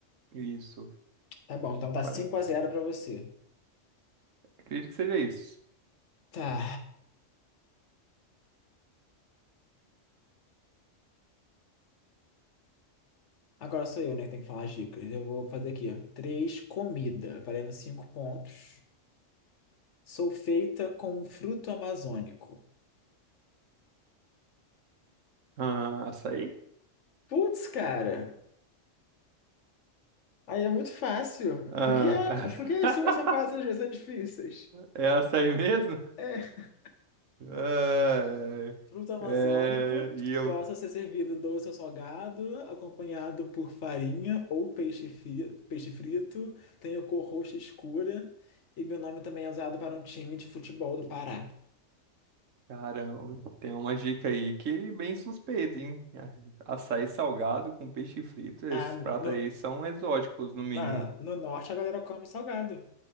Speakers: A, on the right; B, on the left.
A: Isso.
B: Tá bom, então tá
A: Pare-
B: 5 a zero pra você.
A: Acredito que seja isso.
B: Tá. Agora sou eu, né, que tem que falar as dicas. Eu vou fazer aqui, ó. Três comida, valendo cinco pontos. Sou feita com um fruto amazônico.
A: Ah, açaí?
B: Putz, cara. Aí é muito fácil.
A: Ah,
B: Porque, a,
A: essa...
B: porque as
A: <laughs>
B: suas são fáceis, as minhas são difíceis.
A: é açaí mesmo?
B: É.
A: Ah,
B: Fruto amazônico
A: é. É, E eu
B: possa ser servido doce ou salgado, acompanhado por farinha ou peixe, fi- peixe frito. Tenho cor roxa escura. E meu nome também é usado para um time de futebol do Pará.
A: Caramba, tem uma dica aí que é bem suspeita, hein? A- Açaí salgado com peixe frito, esses
B: Ah,
A: pratos
B: no-
A: aí são exóticos, no mínimo.
B: Na, no norte a galera come salgado.